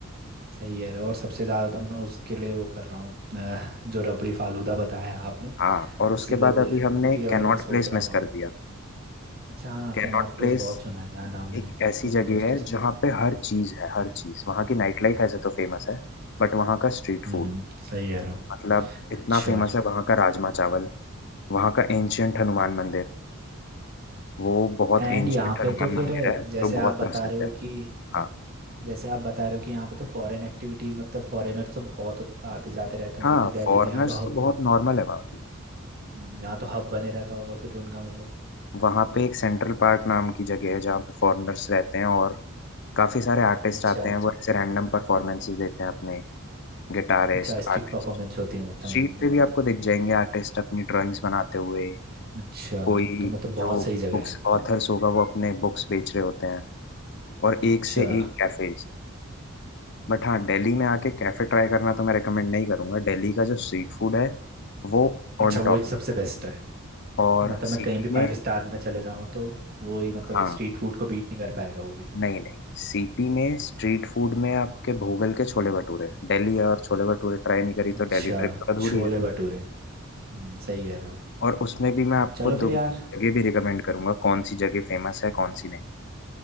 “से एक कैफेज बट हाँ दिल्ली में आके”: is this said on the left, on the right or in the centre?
Left